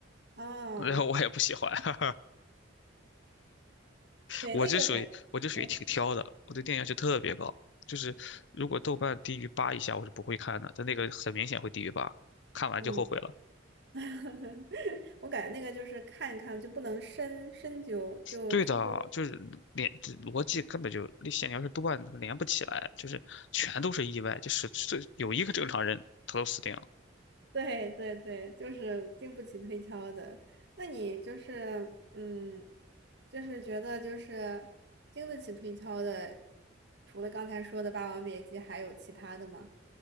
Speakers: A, on the right; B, on the left.
A: 哦，
B: 然后我也不喜欢，<laughs>
A: 对，
B: 我这属于我这属于挺挑的，
A: 那个感觉，
B: 我对电影要求特别高，就是如果豆瓣低于八以下，我是不会看的，但那个很明显会低于八，看完就后悔了。
A: 嗯，<laughs> 我感觉那个就是看一看就不能深深究，就深究。
B: 对的，就是连这逻辑根本就那线条是断的，连不起来，就是全都是意外，就是这有一个正常人他都死定了。
A: <laughs> 对对对，就是经不起推敲的。那你就是，嗯，就是觉得就是经得起推敲的，除了刚才说的《霸王别姬》，还有其他的吗？